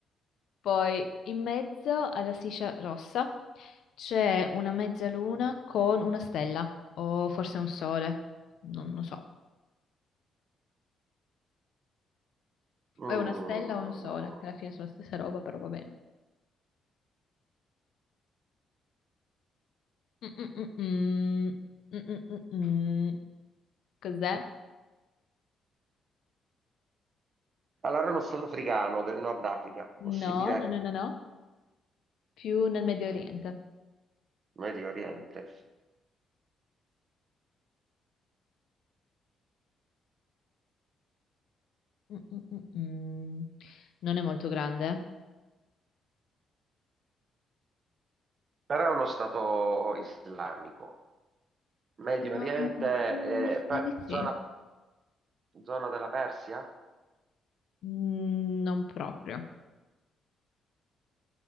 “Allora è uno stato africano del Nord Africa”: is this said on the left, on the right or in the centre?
Right